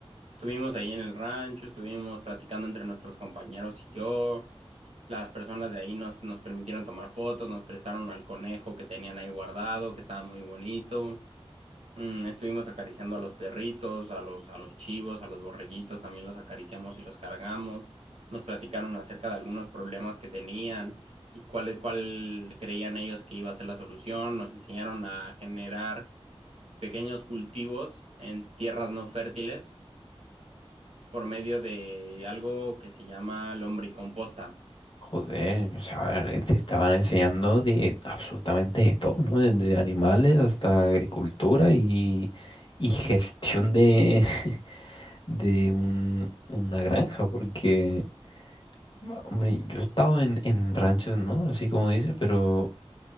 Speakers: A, on the right; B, on the left.
A: estuvimos ahí en el rancho, estuvimos platicando entre nuestros compañeros y yo. Las personas de ahí nos, nos permitieron tomar fotos, nos prestaron al conejo que tenían ahí guardado, que estaba muy bonito. Mm, estuvimos acariciando a los perritos, a los, a los chivos, a los borreguitos, también los acariciamos y los cargamos. Nos platicaron acerca de algunos problemas que tenían y cuál, cuál creían ellos que iba a ser la solución. Nos enseñaron a generar pequeños cultivos en tierras no fértiles por medio de algo que se llama lombricomposta.
B: Joder, o sea, te estaban enseñando de absolutamente de todo, ¿no? Desde animales hasta agricultura y, y gestión de, <laughs> de un- una granja, porque, ma- hombre, yo he estado en, en ranchos, ¿no? Así como dice, pero